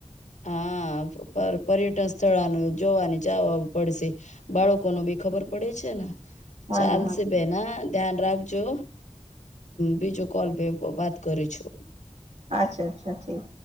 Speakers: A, on the left (about 85°); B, on the right (about 65°).
A: હા પર્યટન સ્થળાનું જોવાની જવા પડશે. બાળકો ન બી ખબર પડે છે ને
B: હા
A: ચાલસ
B: ના હા
A: બેેના ધ્યાન રાખજો બીજું કોલ ભ વાત કરી છો.
B: અચ્છા અચ્છા ઠીક